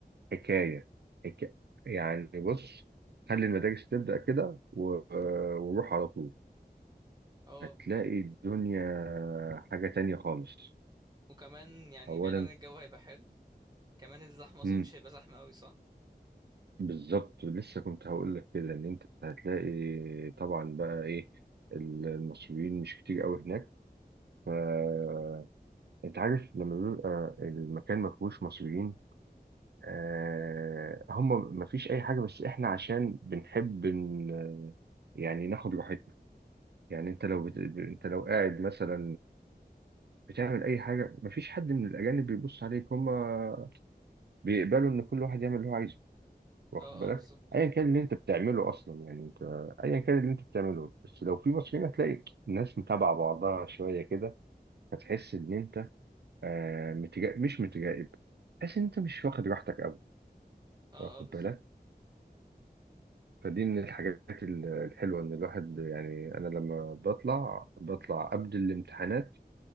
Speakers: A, on the right; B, on the right.
A: حكاية حكاية يعني بص خلي المدارس تبدأ كده و- وروح على طول
B: اه
A: هتلاقي الدنيا حاجة تانية خالص
B: وكمان يعني
A: أولا
B: بعيد عن الجو هيبقى حلو كمان الزحمة أظن
A: مم.
B: مش هيبقى زحمة أوي صح؟
A: بالظبط لسه كنت هقول لك كده إن أنت هتلاقي طبعا بقى إيه المصريين مش كتير قوي هناك فأنت عارف لما بيبقى المكان ما فيهوش مصريين آه هم ما فيش أي حاجة بس إحنا عشان بنحب إن يعني ناخد راحتنا يعني أنت لو بت... أنت لو قاعد مثلا بتعمل أي حاجة مفيش حد من الأجانب بيبص عليك هما بيقبلوا ان كل واحد يعمل اللي هو عايزه واخد
B: اه
A: بالك
B: اه بالظبط
A: ايا كان اللي انت بتعمله اصلا يعني انت ايا كان اللي انت بتعمله بس لو في مصريين هتلاقي الناس متابعه بعضها شويه كده هتحس ان انت آه متجا... مش متجائب تحس ان انت مش واخد راحتك قوي
B: اه
A: واخد
B: اه بالظبط
A: بالك فدي من الحاجات ال- الحلوه ان الواحد يعني انا لما بطلع بطلع قبل الامتحانات